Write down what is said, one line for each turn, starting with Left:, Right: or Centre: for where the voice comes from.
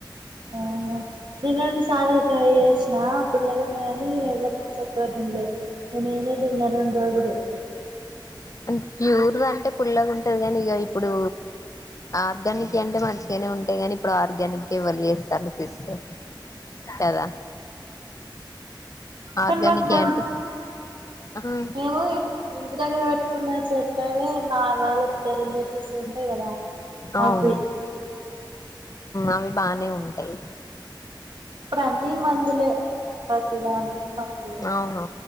Right: ఓహో నిన్నండు సార్లు ట్రై జెస్ నా అప్పుడు పుల్ల ఉండదని ఎవరు చక్కగా తినలేదు ఇ నేనే తిన్నా రెండు రోజులు
Left: అంత ప్యూర్ అంటే ఇ పుల్లాగా ఉంటది కానీ ఇగ ఇప్పుడు ఆర్గానిక్ అంటే మంచిగానే ఉంటాయి కానీ ఇప్పుడు ఆర్గానిక్ ఇవ్వాల చేస్తారు సిస్టర్ కదా ఆర్గానిక్కె
Right: కానీ మాకు మ
Left: అంటే ఆ
Right: మేము ఇంటి దగ్గర పెట్టుకున్న చెట్లవి మా వాళ్ళ ఇద్ద రిలేటివ్స్ ఉంటాయి కదా
Left: అవును
Right: అవి
Left: అవి బానే ఉంటాయి
Right: ఇప్పుడు అన్న మందులే ప్రతిదానికి మందులే
Left: అవును